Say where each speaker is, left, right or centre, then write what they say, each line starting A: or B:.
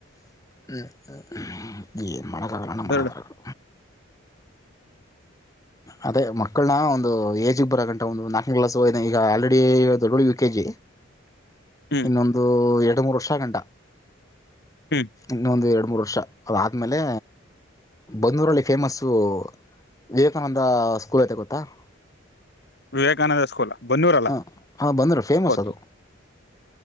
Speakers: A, on the left; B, on the left.
A: ಹ್ಮ್ನ್ ಮಳೆಗಾಗಣ
B: ಬೆರಡು
A: ಮನೆ ಬರ <unintelligible>
B: <unintelligible>
A: ಅದೇ ಮಕ್ಕಳನ ಒಂದು ಏಜ್ಗೆ ಬರ ಗಂಂತ ಒಂದು ನಾಲ್ಕನೇ ಕ್ಲಾಸ್ ಹೋಗ ಈಗ ಆಲ್ರೆಡಿ ದೊಡ್ಡ ಯು ಕೆ ಜಿ <unintelligible>
B: <unintelligible> ಹ್ಮ್
A: ಇನ್ನೊಂದು ಎರಡು ಮೂರು ವರ್ಷ ಗಂಟ
B: ಹ್ಮ್
A: ಇನ್ನೊಂದು ಎರಡು <unintelligible> ಮೂರು ವರ್ಷ ಅದಾದಮೇಲೆ ಬಂದೂರಲ್ಲಿ ಫೇಮಸ್ಸು <unintelligible> ವಿವೇಕಾನಂದ ಸ್ಕೂಲ್ ಐತೆ ಗೊತ್ತಾ <unintelligible>
B: ವಿವೇಕಾನಂದ ಸ್ಕೂಲ್ ಬನ್ನೂರಲ್ಲ
A: ಹ ಹಾ ಬಂದ್ರೀ ಫೇಮಸ್
B: ಗೊತ್ತು
A: ಅದು <unintelligible>